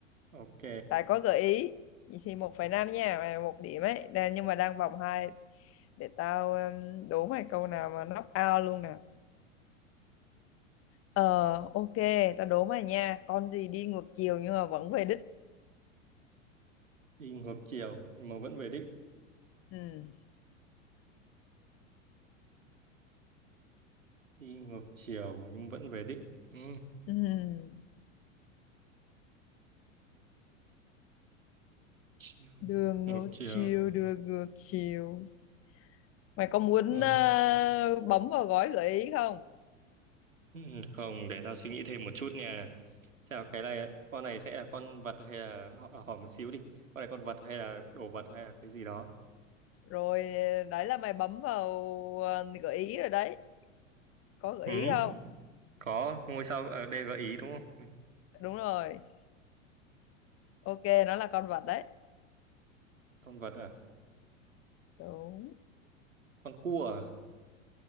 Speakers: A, on the right; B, on the left.
A: ok
B: tại có gợi ý vậy thì một phẩy năm nha mày một điểm ấy đang nhưng mà đang vòng hai để tao um, đố mày câu nào mà knock out luôn nè ờ ok tao đố mày nha con gì đi ngược chiều nhưng mà vẫn về đích
A: đi ngược chiều nhưng mà vẫn về đích
B: ừ.
A: đi ngược chiều nhưng vẫn về đích ừ.
B: Ừ.
A: chiều
B: đường
A: ngược
B: ngược
A: chiều
B: chiều đường ngược chiều mày có muốn
A: Ờ.
B: ờ, bấm vào gói gợi ý không
A: Ừ, Không, để tao suy nghĩ thêm một chút nha. Theo cái này, con này sẽ là con vật hay là họ- à, hỏi một xíu đi. Con này con vật hay là đồ vật hay là cái gì đó?
B: rồi ờ, đấy là mày bấm vào ờ, gợi ý rồi đấy có gợi
A: Ừ,
B: ý không
A: có ngôi sao ở đây gợi ý đúng không? Ừ.
B: đúng rồi ok nó là con vật đấy
A: Con vật à?
B: đúng
A: Con cua à?